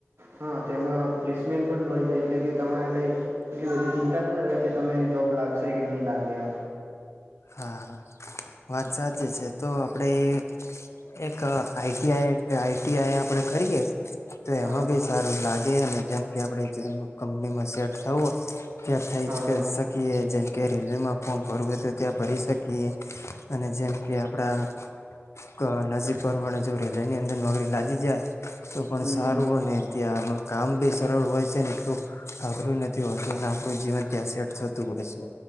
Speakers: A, on the right; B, on the left.
A: હા તેમાં પ્લેસમેન્ટ પણ મળી જાય એટલે કે તમારે કઈ એટલી બધી ચિંતા ન રહે કે તમે જૉબ લાગશે કે ન લાગે હન
B: હા હા વાત સાચી છે તો આપણેે એક આઈટીઆઈ આઈટીઆઈ આપણે કરીએ તો
A: હા
B: એમાં બી સારું લાગે અને જેમ કે આપણે જેમ કંપનીમાં સેટ થવું હોય <unintelligible>
A: હા હા
B: કેજન્ટ કે રેલવેમાં ફોમ ભરત ત્યાં ફરી શકીએ અને જેમ કે આપણા નજીક પરમાણે જો રેલી ની અંદર નોકરી લાગી જાય તો પણ
A: હમ
B: સારું
A: હમ
B: અને ત્યાં કામ બી સરળ હોય છેને એટલું અઘરું નથી હોતું અને આપણું જીવન ત્યાં સેટ થતું હોય છે